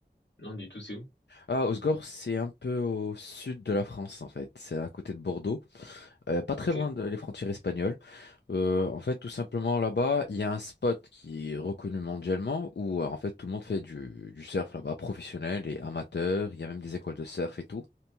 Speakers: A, on the left (about 85°); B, on the left (about 70°).
A: Non, du tout, c'est où?
B: Ah, Osgore, c'est un peu au sud de la France en fait. C'est à côté de Bordeaux. Euh, pas très
A: Ok.
B: loin des frontières espagnoles. Euh, en fait, tout simplement là-bas, il y a un spot qui est reconnu mondialement où euh, en fait tout le monde fait du, du surf là-bas, professionnel et amateur. Il y a même des écoles de surf et tout.